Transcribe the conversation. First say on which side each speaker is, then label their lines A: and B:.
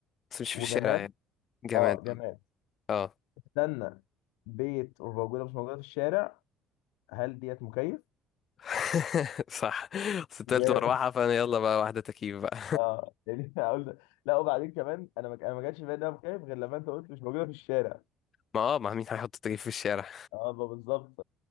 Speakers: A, on the left (about 50°); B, on the left (about 75°).
A: بس مش في
B: وجماد
A: الشارع يعني جماد
B: اه جماد
A: اه
B: استنى بيت وموجودة مش موجودة في الشارع هل ديت مكيف؟
A: <laughs> صح بس التالت
B: جا-
A: مروحة فانا يلا بقى واحدة تكييف بقى
B: اه يعني <laughs> هقول لا وبعدين كمان انا ما انا ما جاتش في بالي انها مكيف غير لما انت قلت مش موجودة في الشارع
A: <laughs> ما اه ما مين هيحط تكييف في الشارع
B: اه ما بالظبط